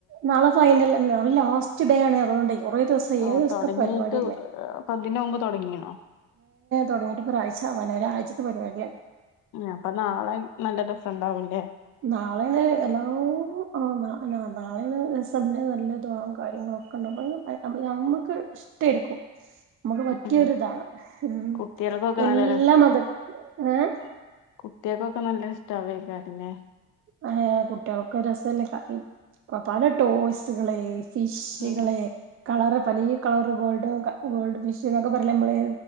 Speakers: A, on the right; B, on the left.
A: നാളെ ഫൈനൽ നാളെ ലാസ്റ്റ് ഡേ ആണ് അതുകൊണ്ടേ കുറേ ദിവസം
B: ഓഹ്
A: ഏഴു ദിവസത്തെ
B: തൊടങ്ങീട്ട്
A: പരിപാടില്ലേ
B: അപ്പൊ ഇതിന് മുമ്പ് തൊടങ്ങീണോ
A: തുടങ്ങിട്ട് ഒരാഴ്ച ആവാ ഒരാഴ്ചത്തെ പരിപാടിയാണ്
B: അപ്പൊ നാളെ നല്ല രസം ഉണ്ടാവുല്ലേ
A: നാളെയാണ് എല്ലാ ആ നാ നാ നാളെയാണ് രസം പിന്നെ നല്ല കാര്യങ്ങളൊക്കെണ്ടാവും ഞമ്മക്ക് ഇഷ്ടടേക്കും നമുക്ക് പറ്റിയൊരിതാണ്
B: ഉം
A: ഉം
B: കുട്ടികൾക്കൊക്കെ
A: എല്ലാ
B: നല്ല
A: മത ഏഹ്
B: കുട്ടികക്കൊക്കെ നല്ല ഇഷ്ടവേ കാട്ടിനെ
A: ആ കുട്ടികൾക്ക് രസല്ലേ പല ടോയ്സകള് ഫിഷുകള്
B: ഉം
A: കളറ് പലേ കളറ് ഗോൾഡൻ ക ഗോൾഡ് ഫിഷ് എന്നൊക്കെ പറയില്ലേ നമ്മള്